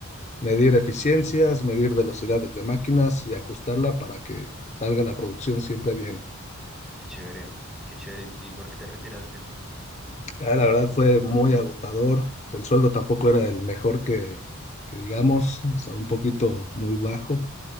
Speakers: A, on the left (about 30°); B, in the centre.
A: medir eficiencias, medir velocidades de máquinas y ajustarla para que salga la producción siempre bien.
B: qué chévere, qué chévere. ¿Y por qué te retiraste?
A: Ah, la verdad fue muy agotador. El sueldo tampoco era el mejor que, que digamos, estaba
B: Mm,
A: un poquito muy bajo.